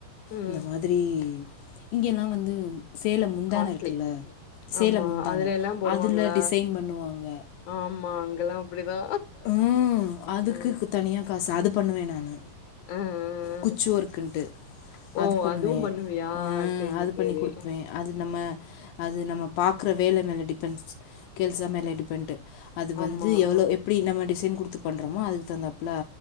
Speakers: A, on the left (about 65°); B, on the left (about 80°).
A: ம்
B: இந்த மாதிரி இங்கேல்லா வந்து சேல முந்தான
A: காஸ்ட்லி
B: இருக்குல்ல சேல
A: ஆமா
B: முந்தான
A: அதுல எல்லா போடுவாங்களா
B: அதில டிசைன் பண்ணுவாங்க
A: ஆமா அங்கல்லா அப்டிதா
B: ம் அதுக்கு
A: அ
B: கு தனியா காசு அது பண்ணுவே நானு
A: அ
B: குச்சு
A: அ.
B: ஒர்க்ன்ட்டு
A: ஓ
B: அது பண்ணுவே
A: அதுவு பண்ணுவியா
B: அ
A: சேரி
B: அது பண்ணி
A: சேரி
B: குடுப்பே அது நம்ம அது நம்ம பாக்குற வேல மேல டிபெண்ட்ஸ்ஸ் கேல்சா மேல டிபெண்டு அது
A: ஆமா
B: வந்து எவ்ளோ
A: ஆ
B: எப்டி நம்ம டிசைன் குடுத்து பண்றோமோ அதுக்கு தகுந்தாப்ல